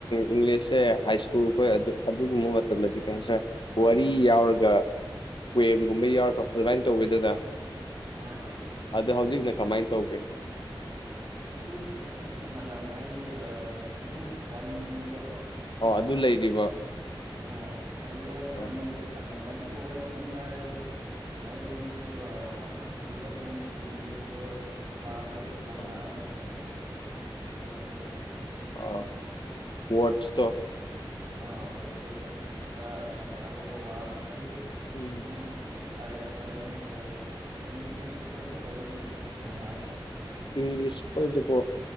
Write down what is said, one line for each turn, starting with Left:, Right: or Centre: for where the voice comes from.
Left: ꯏꯪꯂꯤꯁꯁꯦ ꯍꯥꯏ ꯁ꯭ꯀꯨꯜꯈꯣꯏ ꯑꯗꯨ ꯑꯗꯨꯒꯨꯝꯕ ꯃꯇꯝꯗꯗꯤ ꯀꯩ ꯍꯥꯏꯇꯥꯔ ꯋꯥꯔꯤ ꯌꯥꯎꯔꯒ ꯀꯋꯦꯝꯒꯨꯝꯕ ꯌꯥꯎꯔꯛ ꯑꯗꯨꯃꯥꯏꯅ ꯇꯧꯒꯦꯗꯅ
Right: ꯎꯝ ꯎꯝ
Left: ꯑꯗ ꯍꯧꯖꯤꯛꯅ ꯀꯃꯥꯏꯅ ꯇꯧꯒꯦ
Right: ꯍꯧꯖꯤꯛꯐꯥꯎꯁꯨ ꯆꯠꯄꯨꯗꯤ ꯆꯞ ꯃꯥꯟꯅꯕꯅꯤ ꯍꯥꯏꯗꯤ ꯑꯗꯨꯝ ꯋꯥꯔꯤꯒꯨꯝꯕꯀꯣ
Left: ꯑꯣ ꯑꯗꯨ ꯂꯩꯔꯤꯕ
Right: ꯎꯝ ꯍꯥꯏꯗꯤ ꯋꯥꯔꯤ
Left: ꯑꯥ
Right: ꯇꯝꯕꯕꯨꯗꯤ ꯇꯝꯕꯅꯤ ꯑꯗꯨꯕꯨ ꯋꯥꯔꯤ ꯇꯝꯃꯦ ꯍꯥꯏꯕ ꯍꯥꯏꯕꯅꯤ ꯑꯗꯨꯒ ꯂꯨꯕ ꯃꯣꯏꯒꯤꯁꯦ ꯏꯪꯂꯤꯁꯇꯣ ꯄꯥꯕꯗꯣ ꯒ꯭ꯌꯥꯟ
Left: ꯑꯥ
Right: ꯇꯥꯕ ꯉꯝꯅꯕ ꯃꯔꯛꯇꯕꯨ
Left: ꯑ ꯋꯥꯠꯁꯇꯣ
Right: ꯑꯥ ꯋꯥꯣꯁꯇꯣ ꯈꯔ ꯒ꯭ꯌꯥꯟ ꯇꯥꯕꯗꯣ ꯋꯥꯕ ꯑꯗꯨꯕꯨ
Left: ꯎꯝ
Right: ꯑꯗꯨꯝ ꯑ ꯍꯥꯏꯕꯅꯦ ꯑꯣꯗ ꯆꯥꯝꯃꯔꯤꯒꯨꯝꯕꯕꯁꯤ ꯁ ꯑꯗꯨꯝ ꯇꯧꯔꯗꯤ ꯅꯨꯡꯉꯥꯏꯌꯦ
Left: ꯏꯪꯂꯤꯁ ꯀꯈꯣꯏꯗꯨꯀꯣ